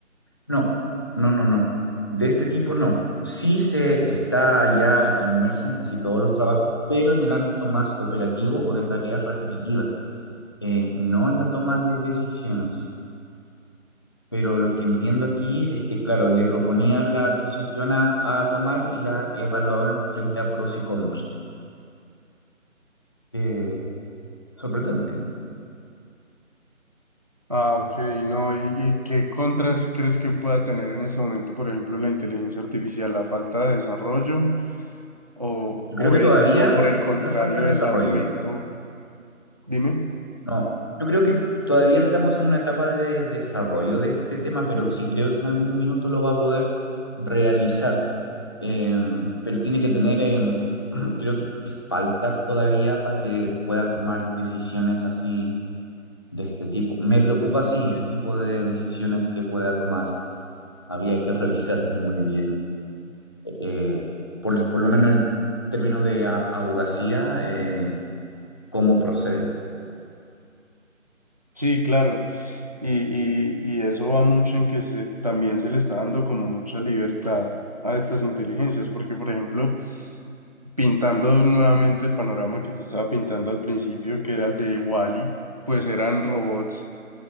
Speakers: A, on the left; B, on the right.
A: No, no, no, no. De este tipo no. Sí se está ya inmersa en casi todos los trabajos, pero en el ámbito más operativo o de tareas repetitivas, eh, no en la toma de decisiones. Pero lo que entiendo aquí es que, claro, le proponían la decisión que iban a, a tomar y la evaluaban frente a pros y contras. Eh, sorprendente, ¿eh?
B: Ah, ok, no, ¿y, y qué contras crees que pueda tener en este momento, por ejemplo, la inteligencia artificial, la falta de desarrollo o,
A: Yo
B: o,
A: creo que
B: el-
A: todavía
B: o por el contrario,
A: la falta de desarrollo.
B: el aumento? Dime.
A: No, yo creo que todavía estamos en una etapa de desarrollo de este tema, pero sí creo que en algún minuto lo va a poder realizar. Eh, pero tiene que tener, eh, <clears throat> creo que falta todavía para que pueda tomar decisiones así de este tipo. Me preocupa, sí, el tipo de decisiones que pueda tomar. Habría que <laughs> revisar muy bien, eh, por, por lo menos en el término de a- abogacía, eh, cómo procede.
B: Sí, claro. Y, y, y eso va mucho en que se, también se le está dando como mucha libertad a estas inteligencias, porque por ejemplo, pintando nuevamente el panorama que te estaba pintando al principio, que era el de Wall-E, pues eran robots